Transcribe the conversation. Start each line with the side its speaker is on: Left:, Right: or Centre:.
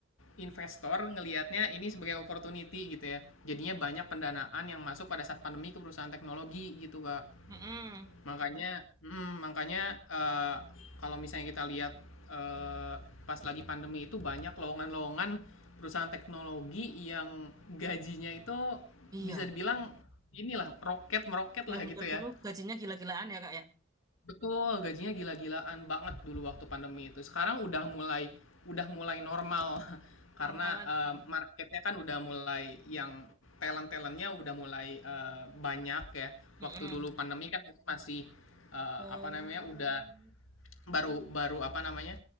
Left: investor ngelihatnya ini sebagai opportunity gitu ya. Jadinya banyak pendanaan yang masuk pada saat pandemi ke perusahaan teknologi gitu, Kak.
Right: Mm-mm.
Left: Makanya, mm, makanya eh, kalau misalnya kita lihat eh, pas lagi pandemi itu banyak lowongan-lowongan perusahaan teknologi yang gajinya itu
Right: Iya,
Left: bisa dibilang inilah roket meroket
Right: iya
Left: lah gitu
Right: bener
Left: ya.
Right: dulu gajinya gila-gilaan ya kak ya.
Left: Betul, gajinya gila-gilaan banget dulu waktu pandemi itu. Sekarang udah mulai udah mulai normal <laughs> karena
Right: Normal lagi.
Left: eh, marketnya kan udah mulai yang talent-talentnya udah mulai eh, banyak ya.
Right: Mm-mm.
Left: Waktu dulu pandemi kan mungkin masih eh,
Right: Oh,
Left: apa namanya udah baru baru apa namanya